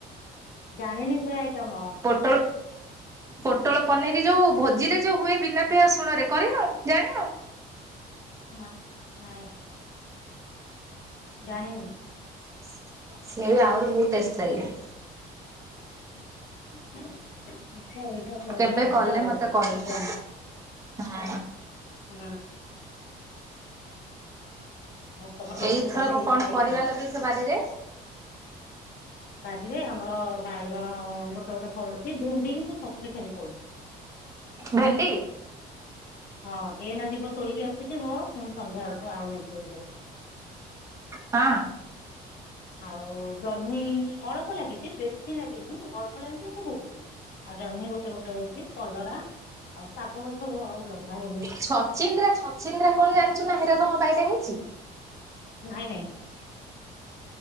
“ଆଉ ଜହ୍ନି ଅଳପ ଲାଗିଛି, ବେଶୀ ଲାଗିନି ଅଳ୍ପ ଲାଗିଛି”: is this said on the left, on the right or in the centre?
Left